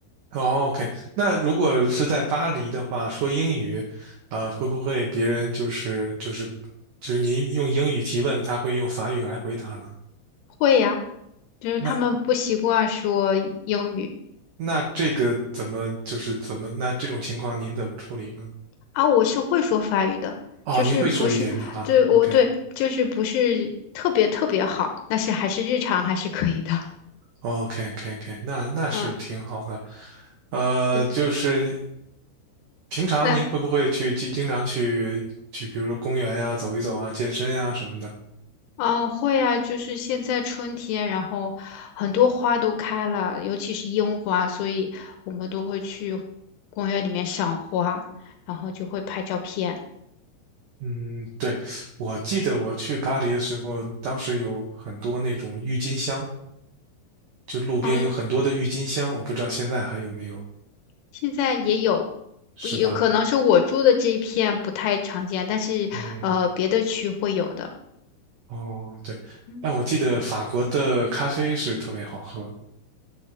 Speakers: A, on the right; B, on the left.
A: 哦，OK，那如果是在巴黎的话，说英语，啊、会不会别人就是就是就是您用英语提问，他会用法语来回答呢？
B: 会呀，就是他们不习惯说英语。
A: 那那这个怎么就是怎么那这种情况您怎么处理呢？
B: 啊，我是会说法语的，
A: 哦，
B: 就是不是，
A: 您会说一点的哈，OK。
B: 对，我对，就是不是特别特别好，但是还是日常还是可以的。<laughs>
A: o k k k 那那是挺好的。
B: 嗯，
A: 呃，
B: 对，
A: 就是平常您会不会去经经常去去，
B: 那
A: 比如说公园呀、走一走啊、健身呀、什么的？
B: 啊，会啊，就是现在春天，然后很多花都开了，尤其是樱花，所以我们都会去公园里面赏花，然后就会拍照片。
A: 嗯，对，我记得我去巴黎的时候，当时有很多那种郁金香，就路边有很多的郁金香，
B: 然后
A: 我不知道现在还有没有，
B: 现在也有，
A: 是吧？
B: 不也可能是我住的这一片不太常见，但是呃，
A: 嗯，
B: 别的区会有的。
A: 哦，对，
B: 嗯
A: 但我记得法国的咖啡是特别好喝，